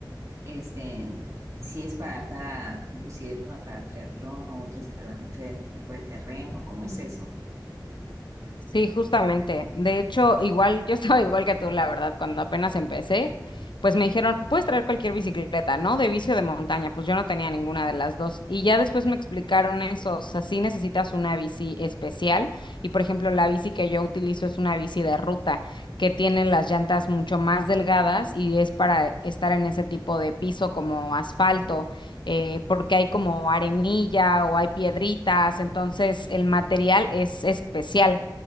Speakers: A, on the right; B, on the left.
A: este, si es para cada, si es una para triatlón o otra es para diferente tipo de terreno, ¿cómo es eso?
B: Sí, justamente. De hecho, igual yo estaba <laughs> igual que tú, la verdad, cuando apenas empecé, pues me dijeron, puedes traer cualquier bicicleta, ¿no? De vicio de montaña. Pues yo no tenía ninguna de las dos. Y ya después me explicaron eso, o sea, sí necesitas una bici especial. Y por ejemplo, la bici que yo utilizo es una bici de ruta, que tiene las llantas mucho más delgadas y es para estar en ese tipo de piso como asfalto eh, porque hay como arenilla o hay piedritas, entonces el material es especial.